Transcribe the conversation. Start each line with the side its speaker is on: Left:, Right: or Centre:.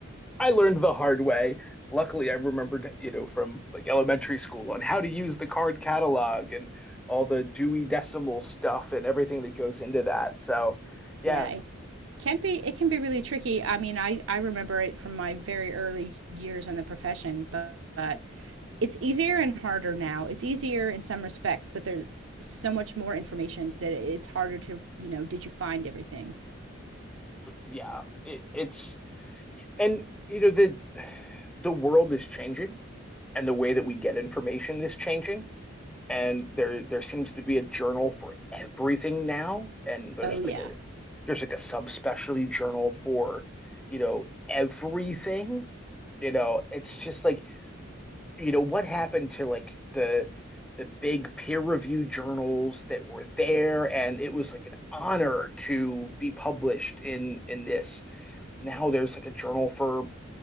Centre: I learned the hard way. Luckily, I remembered, you know, from like elementary school on how to use the card catalog and all the Dewey Decimal stuff and everything that goes into that. So, yeah,
Right: yeah. can be it can be really tricky i mean i i remember it from my very early years in the profession but, but it's easier and harder now it's easier in some respects but there's so much more information that it's harder to you know did you find everything
Centre: yeah, it, it's and you know the the world is changing and the way that we get information is changing and there there seems to be a journal for everything now and there's
Right: oh yeah
Centre: like a there's like a subspecialty journal for, you know, everything. You know, it's just like you know, what happened to like the the big peer reviewed journals that were there and it was like an honor to be published in in this. Now there's like a journal for